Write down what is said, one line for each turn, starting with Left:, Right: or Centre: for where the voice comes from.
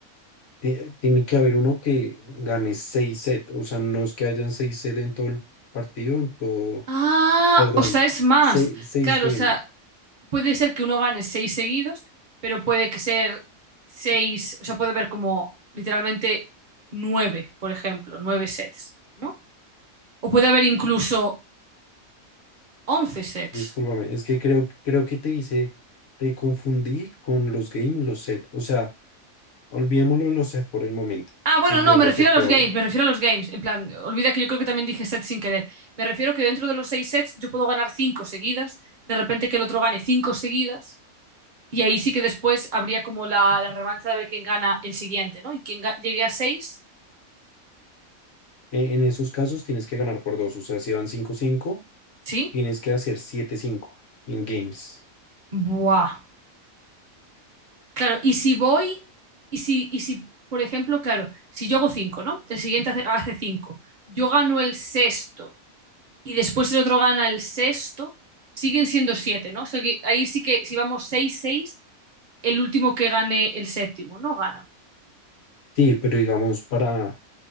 Left: ti- tiene que haber uno que gane 6 sets, o sea, no es que hayan 6 sets en todo el partido, en todo,
Right: Ah,
Left: perdón,
Right: o sea, es más.
Left: seis seis
Right: Claro,
Left: game,
Right: o sea, puede ser que uno gane seis seguidos, pero puede que ser seis, o sea, puede haber como literalmente nueve, por ejemplo, nueve sets, ¿no? O puede haber incluso once sets.
Left: discúlpame, es que creo, creo que te hice, te confundí con los game y los sets, o sea, olvidémoslo de los sets por el momento,
Right: Ah, bueno,
Left: sí,
Right: no,
Left: lo de
Right: me
Left: los
Right: refiero
Left: sets
Right: a
Left: todavía.
Right: los games, me refiero a los games. En plan, olvida que yo creo que también dije sets sin querer. Me refiero que dentro de los seis sets yo puedo ganar cinco seguidas, de repente que el otro gane cinco seguidas, y ahí sí que después habría como la, la revancha de ver quién gana el siguiente, ¿no? Y quien ga- llegue a seis,
Left: E- En, esos casos tienes que ganar por dos, o sea, si van cinco cinco,
Right: ¿sí?
Left: tienes que hacer siete cinco en games.
Right: Buah. Claro, y si voy, y si, y si, por ejemplo, claro, si yo hago cinco, ¿no? El siguiente hace, hace cinco, yo gano el sexto y después el otro gana el sexto, siguen siendo siete, ¿no? O sea que ahí sí que si vamos seis, seis, el último que gane el séptimo, ¿no? Gana.
Left: Sí, pero digamos, para,